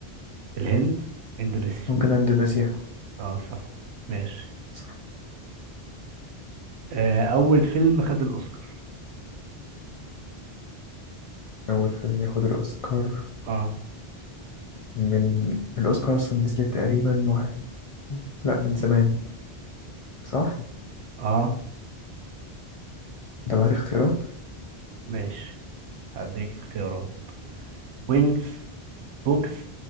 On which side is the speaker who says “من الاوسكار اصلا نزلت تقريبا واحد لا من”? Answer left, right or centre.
Left